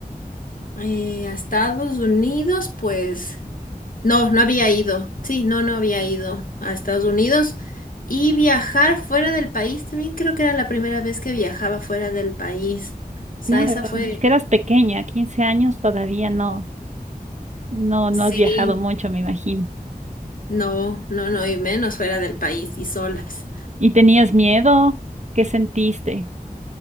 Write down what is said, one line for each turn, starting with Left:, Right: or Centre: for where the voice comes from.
Left: Eh, a Estados Unidos, pues... No, no había ido. Sí, no, no había ido a Estados Unidos. Y viajar fuera del país, también creo que era la primera vez que viajaba fuera del país. O sea,
Right: Claro,
Left: esa fue,
Right: es que eras pequeña, 15 años todavía no. No, no
Left: sí,
Right: has viajado mucho, me imagino.
Left: no, no, no, y menos fuera del país y solas.
Right: ¿Y tenías miedo? ¿Qué sentiste?